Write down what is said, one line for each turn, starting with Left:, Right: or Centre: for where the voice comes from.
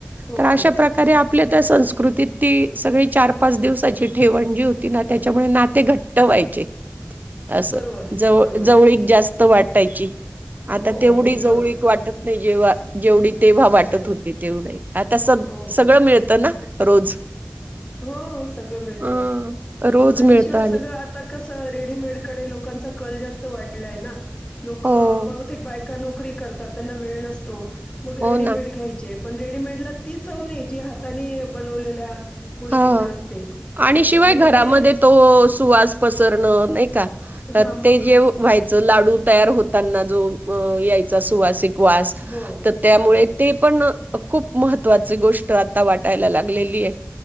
Left: हो
Right: तर अशा
Left: बरोबर
Right: प्रकारे आप.. आपल्या त्या संस्कृतीत ती सगळी चार पाच दिवसाची ठेवण जी होती ना, त्याच्यामुळे नाते घट्ट व्हायचे. अस
Left: बरोबर
Right: जव..
Left: बरोबर
Right: जवळीक जास्त.. वाटायची.. आता
Left: हो
Right: तेवढी
Left: हो
Right: जवळीक
Left: बरोबर
Right: वाटत.. नाही जेव्हा जेवढी.. तेव्हा वाटत
Left: नाही
Right: होती तेवढी आता सग..
Left: हो
Right: सगळं मिळत ना.. रोज..
Left: हो हो सगळं मिळत
Right: अ रोज
Left: आणि
Right: मिळतं
Left: शिवाय सगळं आता कसं रेडीमेडकडे लोकांचा कल जास्त वाढ.. लाय ना.. लोक...
Right: हो,
Left: बहुतेक बायक का नोकरी करतात, त्यांना वेळ नसतो मग
Right: हो
Left: रेडीमेड
Right: ना.
Left: घ्यायचे. पण रेडीमेडला ती चव नाई जी हातानी बनवलेल्या गोष्टींना
Right: हो
Left: असते
Right: आणि
Left: असं
Right: शिवाय
Left: म्हणजे
Right: घरामध्ये
Left: ते
Right: तो सुवास पसरणं नाय का
Left: हा मग
Right: ते जे व्हाय जो लाडू तयार होताना जो व यायचा सुवास एक वास
Left: हो
Right: त त्यामुळे
Left: बरोबर
Right: ते पण खूप महत्त्वाची गोष्ट आता वाटायला लागलेली ये